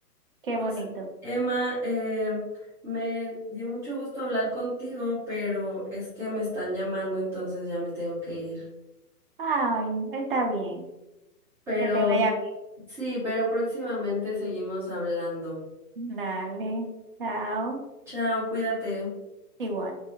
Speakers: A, on the right (about 35°); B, in the centre.
A: Qué
B: Pues,
A: bonito.
B: Emma, eh, me dio mucho gusto hablar contigo, pero es que me están llamando, entonces ya me tengo que ir.
A: Ay, está bien.
B: Pero
A: Que te vaya
B: sí, pero próximamente seguimos hablando.
A: bien. Dale, chao.
B: Chao, cuídate.
A: Igual.